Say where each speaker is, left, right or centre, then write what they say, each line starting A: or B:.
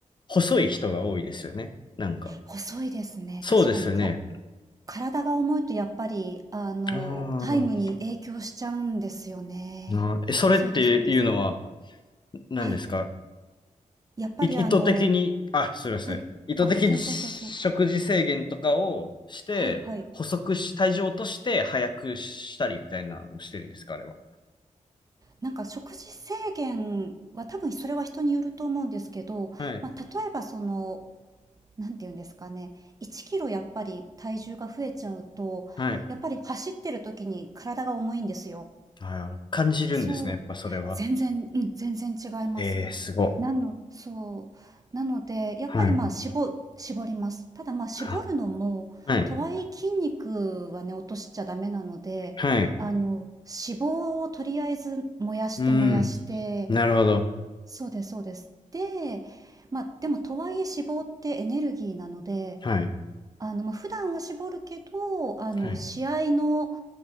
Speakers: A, on the left; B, on the right.
A: 細い人が多いですよね。なんか。
B: 細いですね。
A: そうですよね。
B: 確かにか体が重いとやっぱり、あの、
A: あー
B: タイムに影響しちゃうんですよね。
A: あー、え、それっていうのは
B: そうです、そうです。
A: 何ですか
B: はい。やっぱりあの、
A: い意図的に、あ、すいません。
B: はい。
A: 意図的に食事制限とかをして、
B: あ、全然全然。はいはい。
A: 細くし、体重を落として早くしたりみたいなのをしてるんですか、あれは。
B: なんか食事制限は多分それは人によると思うんですけど、
A: はい。
B: まあ、例えばその、なんていうんですかね、1キロやっぱり体重が増えちゃうと、
A: はい。
B: やっぱり走ってる時に体が重いんですよ。
A: はい。感じるんですね、
B: そう。
A: やっぱそれは。
B: 全然、うん、全然違います。
A: ええ、すごっ。
B: なのそう。なので、やっぱり、
A: はい。
B: まあ、しぼ絞ります。ただ、まあ、絞るのも、
A: あはい。
B: とはいえ筋肉はね、落としちゃダメなので、
A: はい。
B: あの、脂肪をとりあえず燃やして燃やして、
A: うん。なるほど。
B: そうですそうです。で、まあ、でもとはいえ脂肪ってエネルギーなので、
A: はい。
B: あの、まあ、普段は絞るけど、あの、
A: はい。
B: 試合の、